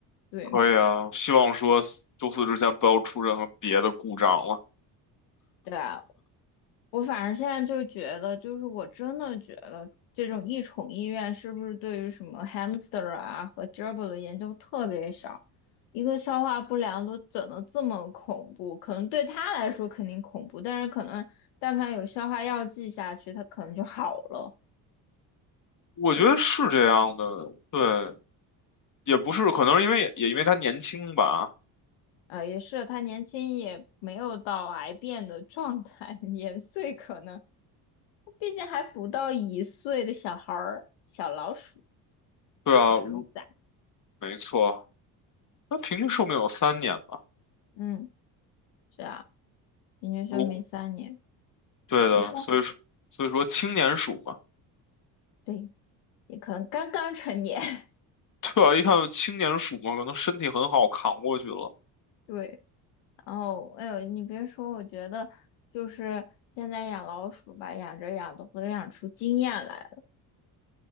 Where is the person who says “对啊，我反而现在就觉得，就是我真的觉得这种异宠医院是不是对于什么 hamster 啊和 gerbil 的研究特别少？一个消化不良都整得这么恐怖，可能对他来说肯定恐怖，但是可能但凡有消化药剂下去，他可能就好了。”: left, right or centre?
Left